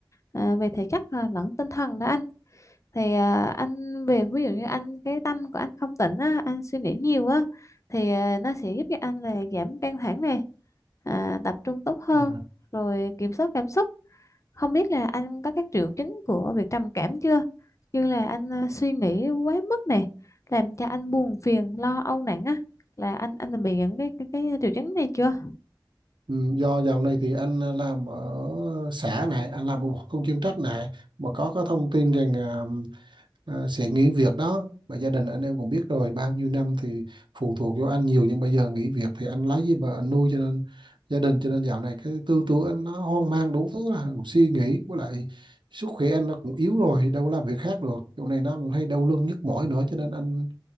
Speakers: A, on the left; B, on the right.
A: ờ, về thể chất ờ, lẫn tinh thần đó anh thì ờ, anh về ví dụ như anh cái tâm của anh không tỉnh á, anh suy nghĩ nhiều á thì ờ, nó sẽ giúp cho anh là giảm căng thẳng này à, tập trung tốt hơn
B: À,
A: rồi kiểm soát cảm xúc không biết là anh có các triệu chứng của việc trầm cảm chưa? Như là anh à, suy nghĩ quá mức này, làm cho anh buồn phiền, lo âu nặng á, là anh anh đã bị những cái cái, cái triệu chứng này chưa?
B: ừ, do dạo này thì anh làm ở xã này, anh làm một công chuyên trách này, mà có có thông tin rằng à, à, sẽ nghỉ việc đó. Và gia đình anh em cũng biết rồi, bao nhiêu năm thì phụ thuộc vô anh nhiều nhưng bây giờ nghỉ việc thì anh lấy gì mà anh nuôi cho nên gia đình cho nên dạo này cái tư tưởng anh nó hoang mang đủ thứ là cũng suy nghĩ với lại sức khỏe anh nó cũng yếu rồi, đâu có làm việc khác được. Chỗ này nó cũng hay đau lưng nhức mỏi nữa cho nên anh